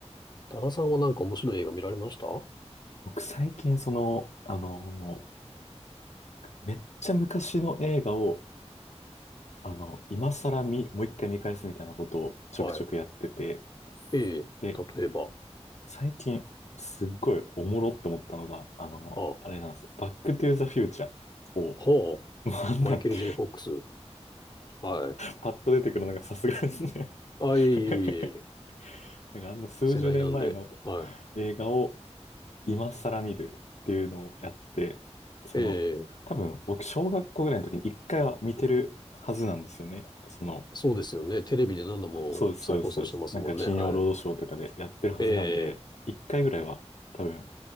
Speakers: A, on the left; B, on the left.
A: 多田さんはなんか面白い映画見られました
B: 僕最近その、あのめっちゃ昔の映画を、あの、今更見、もう一回見返すみたいなことをちょくちょくやってて、
A: はい。ええ、
B: で、
A: 例えば、
B: 最近すっごいおもろって思ったのが、あの、
A: あ、
B: あれなんです。バックトゥーザフューチャーを、
A: ほ
B: <laughs> もうあんなん、
A: う、マイケル・
B: <laughs> パ、
A: J・フォックス。はい。
B: パッと出てくるのがさすがですね。
A: あ、
B: <laughs>
A: いえいえいえ、
B: なんかあんな数十年前の
A: 世代なんで。はい。
B: 映画を今更見るっていうのをやって、その、
A: ええ、
B: 多分僕、小学校ぐらいの時に一回は見てるはずなんですよね。その、
A: そうですよね。テレビで何度も再放送してますもんね。
B: そう、そうです、そうです、そうです。なんか金曜ロードショーとかでやってるはずなんで、
A: はい。え
B: 一回ぐらいは多分